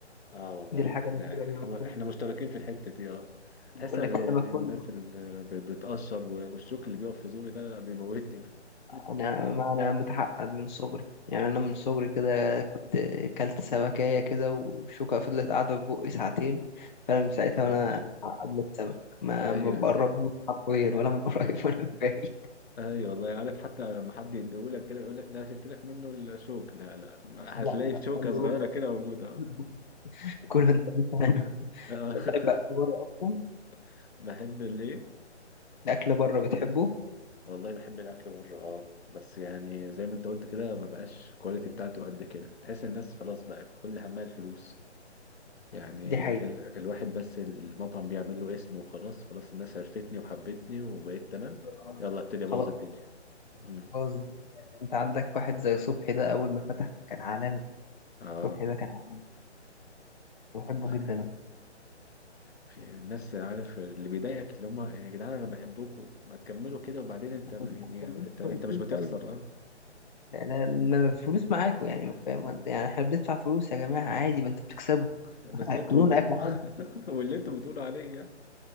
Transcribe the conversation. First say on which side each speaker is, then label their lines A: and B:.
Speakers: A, on the left; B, on the left.
A: اه والله
B: دي الحاجة
A: احنا
B: الوحيدة اللي
A: احنا
B: ممكن
A: احنا مشتركين في الحتة دي اه تحس
B: بقول
A: إن
B: لك السمك كله
A: الناس اللي ب- بتقشر و- والشوك اللي بيقف في زوري ده لا، بيموتني ده <laughs>
B: انا ما انا متعقد من صغري يعني انا من صغري كده كنت كلت سمكية كده وشوكة فضلت قاعدة في بقي ساعتين فانا من ساعتها
A: يا ساتر
B: وانا متعقد من السمك ما
A: ايوه
B: ما بقربوش حرفيا ولا من <laughs> قريب ولا من بعيد
A: ايوه والله عارف حتى لما حد يديهولك كده يقول لك لا شلت لك منه الشوك لا لا <laughs>
B: لا
A: هتلاقي
B: لا
A: شوكه
B: خلي
A: صغيره
B: بالك
A: كده موجوده اه
B: <laughs> كله انت انت انا
A: آه.
B: بتحب هتاكل بره اصلا
A: <laughs> بحب الايه
B: الاكل بره بتحبه
A: والله بحب الاكل بره اه بس يعني زي ما انت قلت كده ما بقاش الكواليتي بتاعته قد كده تحس الناس خلاص بقت كل همها الفلوس يعني
B: دي حقيقة
A: ال... الواحد بس المطعم بيعمل له اسم وخلاص خلاص الناس عرفتني وحبتني وبقيت تمام
B: آه.
A: يلا ابتدي ابوظ
B: خلاص
A: الدنيا امم
B: خلاص يعني انت عندك واحد زي صبحي ده اول ما فتح كان عالمي
A: اه
B: صبحي ده كان عالمي بحبه
A: والله يعني.
B: جدا أنا
A: في الناس عارف اللي بيضايقك اللي هم يا جدعان انا بحبكم ما تكملوا كده وبعدين انت يعني
B: كنت بقول لك
A: انت انت
B: كويسين
A: مش بتخسر
B: طيب
A: اه
B: لا- ما الفلوس معاكوا يعني ما فاهم يعني احنا بندفع فلوس يا جماعة عادي ما انتوا بتكسبوا
A: بالظبط
B: <laughs> اكلون
A: و... و-
B: اكل حلو
A: <laughs> واللي انتوا بتقولوا عليه يعني